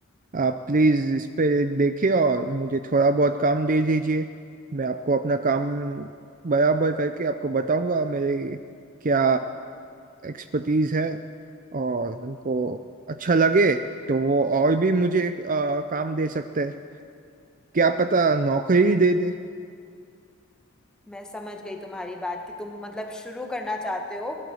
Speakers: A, on the right (about 40°); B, in the centre.
A: आप प्लीज इस पे देखिए और मुझे थोड़ा बहुत काम दे दीजिए मैं आपको अपना काम बराबर करके आपको बताऊंगा मेरे क्या एक्सपर्टीज है और उनको अच्छा लगे तो वो और भी मुझे आ, काम दे सकते हैं क्या पता नौकरी ही दे दे।
B: मैं समझ गई तुम्हारी बात कि तुम मतलब शुरू करना चाहते हो